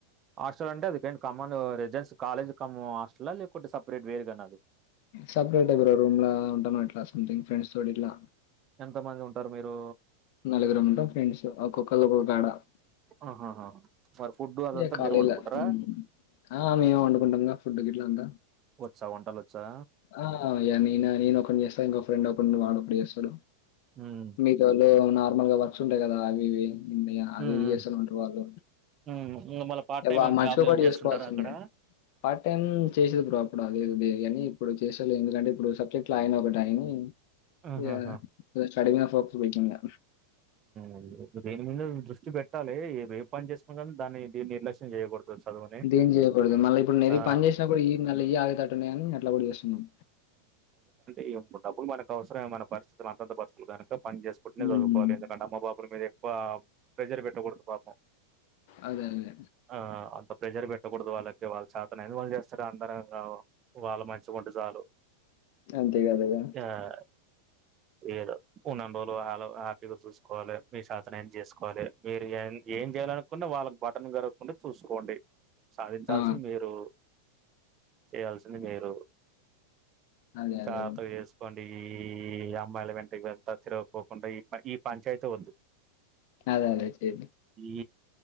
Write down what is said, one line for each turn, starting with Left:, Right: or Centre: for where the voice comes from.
Right: హాస్టల్ అంటే అది కైన్ కమ్మండ్ రెజెన్స్ కాలేజ్ కమ్ హాస్టల లేకుంటే సపరేట్ వేరుగానా అది
Left: సపరేటే బ్రో రూమ్లా ఉంటాం. అట్లా సంమ్థింగ్ ఫ్రెండ్స్ తో ఇట్లా
Right: ఎంతమంది ఉంటారు. మీరూ
Left: నలుగురుం ఉంటం, ఫ్రెండ్స్ ఒక్కొక్కల ఒకొక్క కాడ
Right: ఆహాహా మరి ఫుడ్ అదంతా
Left: ఏ కాలేజెలా
Right: మీరు వండుకుంటారా
Left: హు ఆ మేము వండుకుంటాంగా ఫుడ్ గిట్లాంతా
Right: స వంటలు వచ్చా
Left: ఆ య నేనా నేనొక్కడిని చేస్సా, ఇంకో ఫ్రెండ్ ఒకండు వాడొకడు చేస్సడు.
Right: ఉమ్
Left: మిగతా వాళ్ళు నా నార్మల్ గా వర్క్స్ ఉంటాయ్. కదా అవి ఇవి మియ అవి
Right: ఉమ్
Left: ఇవి చేస్సనుంటరు వాళ్ళు
Right: ఉమ్ ఉమ్ ఇంగ మళ్ళ పార్ట్
Left: యవ
Right: టైమ్ ఏమన్న
Left: మనిషి
Right: జాబ్లు ఏమన్న
Left: కూడా చేసుకోవాల్సిందే,
Right: చేస్తుంటారా అక్కడ
Left: పార్ట్ టైం చేసది బ్రో అప్పుడు అది ఇది ఇప్పుడు చేసేదిలే ఎందుకంటే ఇప్పుడు సబ్జెక్ట్లు ఆయినాయ్ ఒకటి ఆయినయ్
Right: ఆహాహా
Left: య చ్ కడిగిన పప్పు పెట్టింన
Right: ఉ దీని మీద దృష్టి పెట్టాలి. ఏ ఏ పని చేసుకున్న దాన్ని దీన్ని నిర్లక్ష్యం చేయకూడదు. చదువుని
Left: దిం చేయకూడదు మళ్ళా ఇప్పుడు మే
Right: ఆ
Left: బి పని చేస్నా కూడా ఈ మళ్ళీ ఈ ఆగేటట్ ఉన్నాయని అట్ల కూడా చేస్సున్నాం.
Right: ఇ అబ్ డబ్బులు మనకు అవసరమే మన పరిస్ ఇ అంతా బతుకులే కనుక పని చేసుకుంటేనే
Left: హ్మ్.
Right: చదువ్ అమ్మా బాపుల మీద ప ప్రెజర్ పెట్టకూడదు పాపం.
Left: అదే అదే
Right: ఆ అంత ప్రెజర్ పెట్టకూడదు. వాళ్ళకి వాళ్ళు చేతనైది వాళ్ళు చేస్సారా. అందరంగా వాళ్ళు మంచిగుంటె చాలు
Left: అంతేగదేగా
Right: ఆహ్, ఏదో ఉన్నన్నిరోజులు ఆలో మీకు చూసుకోవాలి మీకు చేతనైంది చేసుకోవాలి. మీరు ఏ ఏం చేయాలనుకున్నా వాళ్ళకి బర్డేన్ కలగ కుండా చూసుకోండి. సాధించాల్సింది
Left: ఆ!
Right: మీరు చేయాల్సింది మీరు
Left: అదే
Right: చాతగా
Left: అదే.
Right: చేసుకోండి ఈ అమ్మాయిల వెంట ఇదంతా తిరగకుండా ఈ ఈ పంచాయతీ వద్దు
Left: అదే అదే చె
Right: ఈ